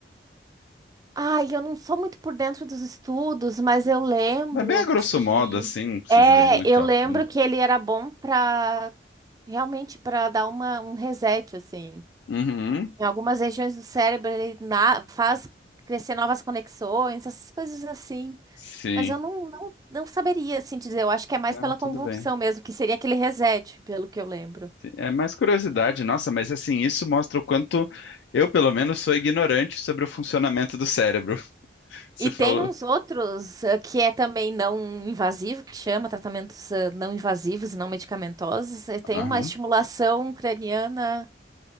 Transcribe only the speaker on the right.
Ai, eu não sou muito por dentro dos estudos, mas eu lembro
que
é,
eu lembro
que ele era bom para realmente para dar uma, um reset assim,
Em algumas regiões do cérebro, ele na- faz crescer novas conexões, essas coisas assim.
Mas eu não, não, não saberia, assim, dizer. Eu acho que é mais
pela
convulsão
mesmo, que seria aquele reset, pelo que eu lembro.
E
tem uns outros eh, que é também não invasivo, que chama tratamentos eh, não invasivos e não medicamentosos. Eh, Tem
uma estimulação craniana.